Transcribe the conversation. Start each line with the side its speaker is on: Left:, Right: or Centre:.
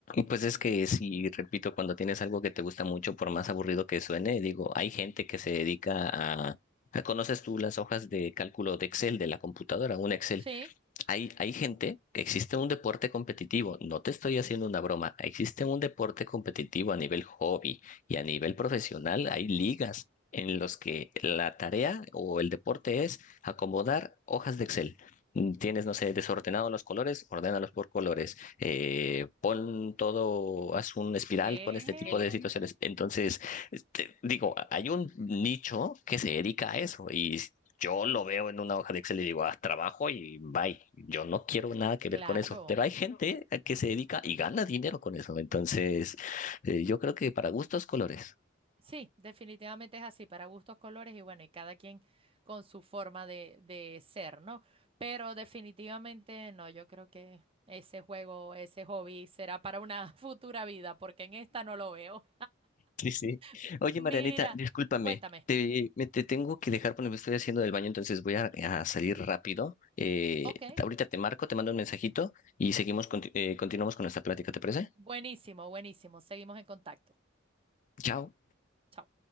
Left: pues es que sí, repito, cuando tienes algo que te gusta mucho, por más aburrido que suene, digo, hay gente que se dedica a... a- ¿Conoces tú las hojas de cálculo de Excel de la computadora? Un Excel
Right: Sí.
Left: Hay, hay gente que existe un deporte competitivo, no te estoy haciendo una broma, existe un deporte competitivo a nivel hobby y a nivel profesional, hay ligas en los que la tarea o el deporte es acomodar hojas de Excel. Mm, Tienes, no sé, desordenados los colores, ordénalos por colores. eh, pon todo, haz un espiral
Right: ¿Qué?
Left: con este tipo de situaciones. Entonces, este, digo, hay un nicho que se dedica a eso y yo lo veo en una hoja de Excel y digo, haz trabajo y bye. Yo no quiero nada que
Right: Claro.
Left: ver con eso. Pero hay gente a que se dedica y gana dinero con eso. Entonces, eh, yo creo que para gustos, colores.
Right: Sí, definitivamente es así, para gustos, colores y bueno, y cada quien con su forma de, de ser, ¿no? Pero definitivamente no, yo creo que ese juego, ese hobby será para una <laughs> futura vida, porque en esta no lo veo.
Left: Sí, sí.
Right: <laughs>
Left: Oye,
Right: Mira,
Left: Marianita, discúlpame.
Right: cuéntame.
Left: Te, me, te tengo que dejar porque me estoy haciendo del baño, entonces voy a, a salir rápido. Eh,
Right: Ok,
Left: ahorita te marco, te mando un mensajito y seguimos, conti- eh, continuamos con nuestra plática, ¿te parece?
Right: buenísimo, buenísimo. Seguimos en contacto.
Left: Chao.
Right: Chao.